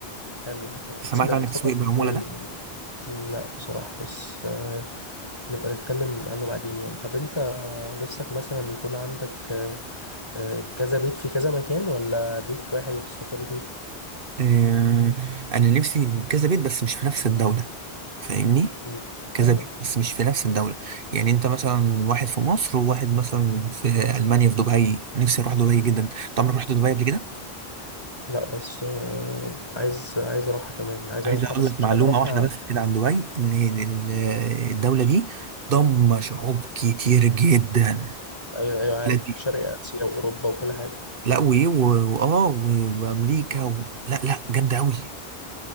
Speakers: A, on the left; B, on the right.
A: حلو حلو كويس
B: سمعت
A: انك
B: عن
A: بتفكر
B: التسويق
A: قدام
B: بالعموله ده
A: لا بصراحة بس آه، نبقى نتكلم عنه بعدين يعني طب انت نفسك مثلا يكون عندك آه، آه، كذا بيت في كذا مكان ولا بيت واحد وتستقر فيه
B: آه، انا نفسي كذا بيت بس مش في نفس الدولة فاهمني
A: مم، فاهمك
B: كذا مم. بيت بس مش في نفس الدولة يعني انت مثلا واحد في مصر وواحد مثلا في المانيا في دبي نفسي اروح دبي جدا انت عمرك رحت دبي قبل كده
A: لا بس آه، عايز عايز اروحها كمان عايز
B: عايز
A: اروحها
B: اقول
A: بس
B: لك
A: مش
B: معلومة
A: عايز اروحها
B: واحدة بس كده عن دبي ان ال- الدولة دي ضم شعوب كتير جدا
A: ايوه ايوه عارف
B: لا دي
A: شرق اسيا واوروبا وكل حاجه
B: لا وإيه، و- واه و- وامريكا و... لا لا جامدة قوي